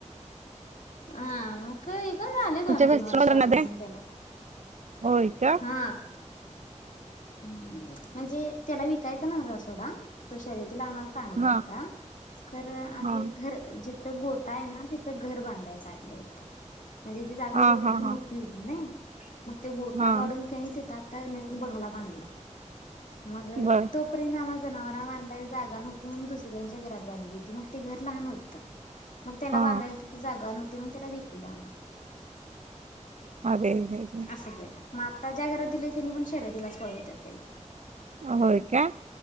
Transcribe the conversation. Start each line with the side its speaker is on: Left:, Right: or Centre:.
Left: हम्म, <unintelligible>
Right: आमच्या
Left: दोन
Right: मिस्टर
Left: तीन वर्ष आम्ही पण त्याला.
Right: होय का
Left: हा हम्म म्हणजे त्याला विकायच नव्हतं असं सोडा, तो शर्यतीला आम्हाला चांगला
Right: हा
Left: होता. खर आम्ही
Right: हा
Left: घर जिथं गोठा आहे ना तिथं घर बांधाय काढलं होतं, म्हणजे ती जागा
Right: हा
Left: गोठ्याची
Right: हा
Left: मो
Right: हा
Left: ठी होती ना, मग ते गोठा
Right: हा
Left: वाढून का नाही तिथं आता नवीन बंगला बांधलाय. मग
Right: बर.
Left: तोपर्यंत आम्हाला जनावरांना बांधायला जागा नव्हती म्हणून दुसऱ्यांच्या घरात बांधली. मग ते घर लहान होतं. मग त्याला
Right: हा
Left: बांधायला तिथं जागा नव्हती म्हणून त्याला वि कला.
Right: मागे ये <unintelligible>
Left: मग आता ज्या घरात दिले त्यांनी पण शर्यतीलाच पळवतात त्याला.
Right: होय का?